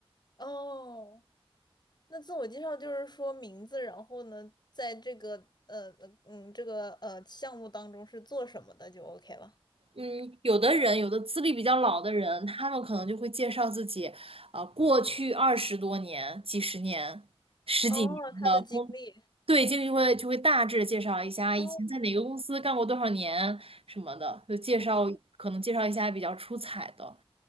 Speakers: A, on the left (about 45°); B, on the right (about 70°).
A: 哦，那自我介绍就是说名字，然后呢，在这个呃呃嗯这个呃项目当中是做什么的就 OK 了。
B: 嗯，有的人，有的资历比较老的人，他们可能就会介绍自己，啊，过去二十多年、几十年、十几年的工
A: 哦，他的经历。
B: 对，经理就会就会大致介绍一下以前在哪个公司干过多少年什么的，
A: 哦
B: 就介绍可能介绍一下比较出彩的，
A: 哦